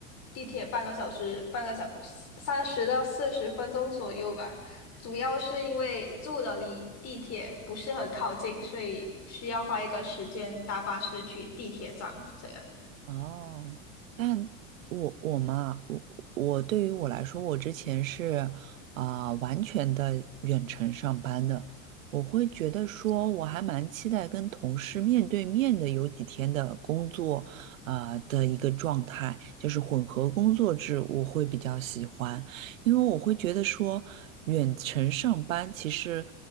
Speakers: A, on the left; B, on the right.
A: 地铁半个小时，半个小三十到四十分钟左右吧。主要是因为住的离地铁不是很靠近，所以需要花一个时间搭巴士去地铁站这样。
B: 哦，但我我嘛，我我对于我来说，我之前是啊、完全的远程上班的，我会觉得说我还蛮期待跟同事面对面的有几天的工作啊、的一个状态，就是混合工作制，我会比较喜欢，因为我会觉得说远程上班，其实